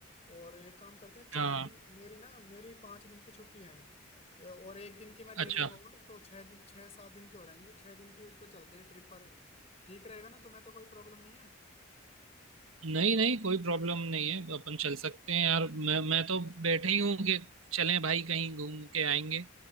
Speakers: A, on the left; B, on the right.
A: और एक काम करते हैं चार
B: हाँ हाँ,
A: दिन मेरी ना मेरी पाँच दिन की छुट्टी है और एक दिन की मैं ले
B: अच्छा
A: लूंगा और तो छह दिन छह सात दिन की हो जाएंगी छह दिन की उस पर चलते हैं ट्रिप पर ठीक रहेगा ना तुम्हें तो कोई प्रॉब्लम नहीं है
B: नहीं नहीं कोई प्रॉब्लम नहीं है अपन चल सकते हैं यार मैं मैं तो बैठे ही हूँ कि चलें भाई कहीं घूम के आएंगे